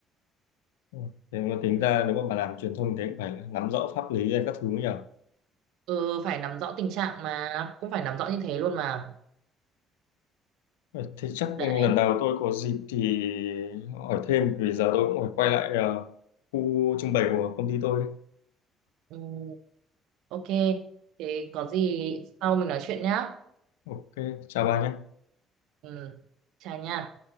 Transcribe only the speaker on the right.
ừ phải nắm rõ tình trạng mà cũng phải nắm rõ như thế luôn mà
đấy
ừ, ok thế có gì sau mình nói chuyện nhá
ừ chào nha